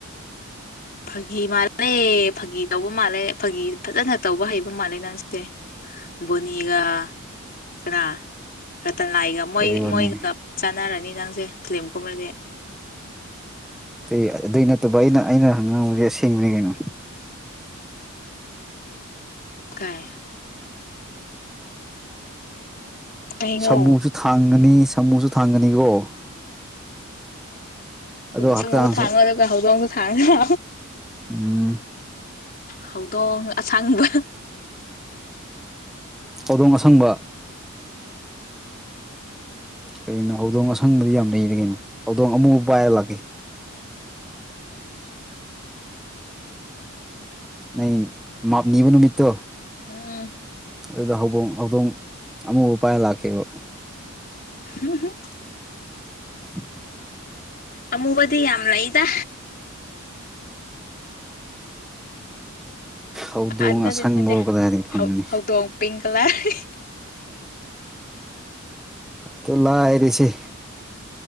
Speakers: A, on the left; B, in the centre.
A: ꯐꯥꯒꯤ ꯃꯥꯜꯂꯦ ꯐꯥꯒꯤ ꯇꯧꯕ ꯃꯥꯜꯂꯦ ꯐꯥꯒꯤ ꯐꯖꯅ ꯇꯧꯕ ꯍꯩꯕ ꯃꯥꯜꯂꯦ ꯅꯪꯁꯦ ꯕꯣꯅꯤꯒ ꯀꯅꯥ ꯔꯇꯟ ꯂꯥꯏꯒ ꯃꯣꯏ
B: ꯀꯔꯤꯕꯨꯅꯤ
A: ꯃꯣꯏꯒ ꯆꯥꯟꯅꯔꯅꯤ ꯅꯪꯁꯦ ꯐꯤꯂꯥꯝ ꯒꯨꯝꯃꯗꯤ
B: ꯑꯗꯨ ꯑꯗꯨꯏ ꯅꯠꯇꯕ ꯑꯩꯅ ꯑꯩꯅ ꯍꯪꯕꯗꯤ ꯑꯁꯦꯡꯕꯅꯤ ꯀꯩꯅꯣ
A: ꯀꯥꯏ ꯀꯩꯅꯣ
B: ꯁꯥꯃꯨꯁꯨ ꯊꯥꯡꯒꯅꯤ ꯁꯥꯃꯨꯁꯨ ꯊꯥꯡꯒꯅꯤꯀꯣ ꯑꯗꯣ
A: ꯁꯃꯨꯗꯨ
B: ꯍꯛꯆꯥꯡꯁꯨ
A: ꯊꯥꯡꯉꯣ ꯑꯗꯨꯒ ꯍꯧꯗꯣꯡꯁꯨ ꯊꯥꯡꯉꯣ
B: ꯎꯝ
A: ꯍꯧꯗꯣꯡ ꯑꯁꯪꯕ
B: ꯍꯧꯗꯣꯡ ꯑꯁꯪꯕ ꯀꯔꯤꯒꯤꯅꯣ ꯍꯧꯗꯣꯡ ꯑꯁꯪꯕꯗꯤ ꯌꯥꯝ ꯂꯩꯅ ꯀꯩꯅꯣ ꯍꯧꯗꯣꯡ ꯑꯃꯨꯕ ꯄꯥꯏꯔ ꯂꯥꯛꯀꯦ ꯅꯪ ꯃꯥꯛ ꯅꯤꯕ ꯅꯨꯃꯤꯠꯇꯣ
A: ꯎꯝ
B: ꯑꯗꯨꯗ ꯍꯧꯡ ꯍꯧꯗꯣꯡ ꯑꯃꯨꯕ ꯄꯥꯏꯔ ꯂꯥꯛꯀꯦꯕ
A: ꯍ ꯍ <inaudible>
B: <unintelligible>
A: ꯑꯃꯨꯕꯗꯤ ꯌꯥꯝ ꯂꯩꯗ
B: ꯍꯧꯗꯣꯡ
A: ꯑꯗꯨ ꯅꯠꯗꯤ
B: ꯑꯁꯪꯕꯕꯨ
A: ꯅꯠꯇꯦ
B: ꯀꯗꯥꯏꯗꯒꯤ ꯐꯪꯒꯅꯤ
A: ꯍꯧ ꯍꯧꯗꯣꯡ ꯄꯤꯡ ꯀꯂꯔ ꯑ <unintelligible>
B: ꯑꯗꯨ ꯂꯥꯏꯔꯤꯁꯤ